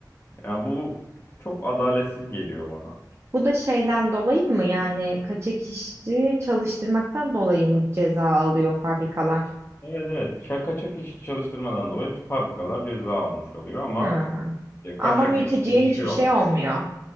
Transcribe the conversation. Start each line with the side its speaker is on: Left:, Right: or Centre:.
Left: Yani bu çok adaletsiz geliyor bana.
Right: Bu da şeyden dolayı mı yani kaçak işçi çalıştırmaktan dolayı mı ceza alıyor fabrikalar?
Left: Evet evet kaçak işçi çalıştırmadan dolayı fabrikalar ceza almış oluyor ama
Right: Ha.
Left: e, kaçak
Right: Ama mülteciye
Left: işçi bir
Right: hiçbir
Left: şey olmuyor.
Right: şey olmuyor.